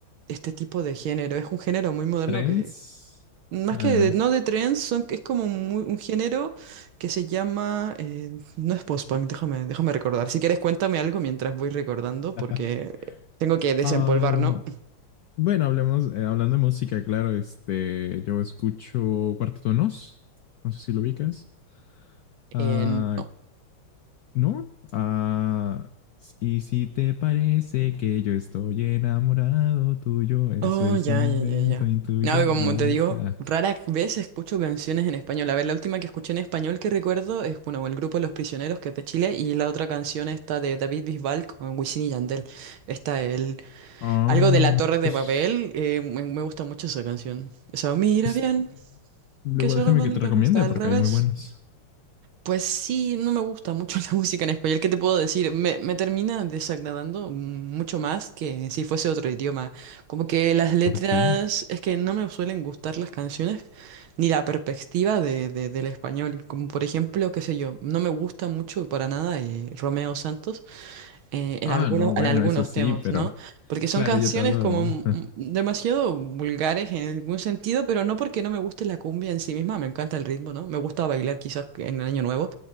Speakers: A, on the right (about 70°); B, on the left (about 80°).
A: este tipo de género. Es un género muy moderno
B: Trends.
A: que, más
B: Ah,
A: que
B: no,
A: de-
B: no.
A: no de trends, son, es como muy- un género que se llama... eh, no es post-punk, déjame, déjame recordar. Si quieres, cuéntame algo mientras voy recordando
B: <laughs>
A: porque tengo que desempolvar,
B: Am,
A: ¿no?
B: bueno, hablemos, eh, hablando de música, claro, este, yo escucho Cuarteto de Nos. No sé si lo ubicas.
A: Eh,
B: Ah,
A: no.
B: ¿No? Ah, y si te parece que yo estoy enamorado tuyo, eso
A: Oh,
B: es
A: ya,
B: un invento
A: ya, ya, ya.
B: intuyo,
A: No, y como
B: no
A: te
B: desga.
A: digo, rara
B: Ah,
A: vez escucho canciones en español. A ver, la última que escuché en español que recuerdo es, bueno, el grupo Los Prisioneros, que es de Chile, y la otra canción está de David Bisbal con Wisin y Yandel. Está el...
B: Ah,
A: Algo de la Torre
B: pues,
A: de Babel, eh, me me gusta mucho esa canción. Esa, mira
B: pues
A: bien,
B: luego
A: que solo
B: déjame
A: bonito
B: que te recomiende
A: está
B: porque
A: al revés.
B: hay muy buenos.
A: Pues sí, no me gusta mucho <laughs> la música en español. ¿Qué te puedo decir? Me, me termina desagradando mucho más que si fuese otro idioma. Como que las letras,
B: ¿Por qué?
A: es que no me suelen gustar las canciones ni la perspectiva de, de- del español. Como por ejemplo, qué sé yo, no me gusta mucho para nada eh, Romeo Santos eh, en
B: Ah,
A: algunos,
B: no, bueno,
A: en algunos
B: eso sí,
A: temas,
B: pero
A: ¿no? Porque son
B: claro,
A: canciones
B: yo te hablo
A: como
B: de...
A: mm,
B: <laughs>
A: demasiado vulgares en algún sentido, pero no porque no me guste la cumbia en sí misma, me encanta el ritmo, ¿no? Me gusta bailar quizás en el Año Nuevo,